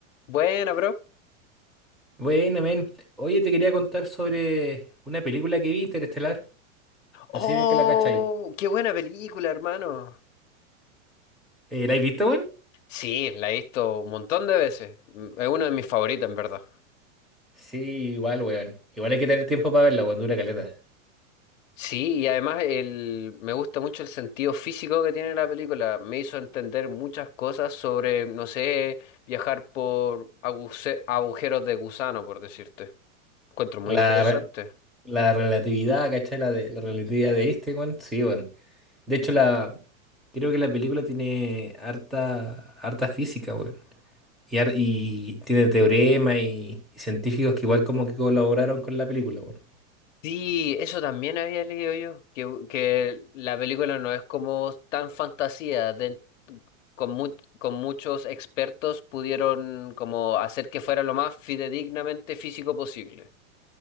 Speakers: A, on the left; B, in the centre.
A: Buena, bro.
B: Bueno, men. Oye, te quería contar sobre una película que vi, Interestelar. No
A: ¡Oh!
B: sé si es que la cachai.
A: ¡Qué buena película, hermano!
B: Eh, ¿la has visto, weón?
A: Sí, la he visto un montón de veces. Mm, Es una de mis favoritas, en verdad.
B: Sí, igual, weón. Igual hay que tener tiempo para verla, weón. Dura caleta.
A: Sí, y además el, me gusta mucho el sentido físico que tiene la película. Me hizo entender muchas cosas sobre, no sé, viajar por aguse- agujeros de gusano, por decirte. Encuentro muy
B: La,
A: interesante.
B: re- la relatividad, ¿cachai? La, de, la relatividad de Einstein, weón. Sí, weón. De hecho, la, creo que la película tiene harta, harta física, weón. Y, har- y tiene teorema y, y científicos que igual como que colaboraron con la película, weón.
A: Sí, eso también había leído yo, que, que la película no es como tan fantasía, de- con, mu- con muchos expertos pudieron como hacer que fuera lo más fidedignamente físico posible.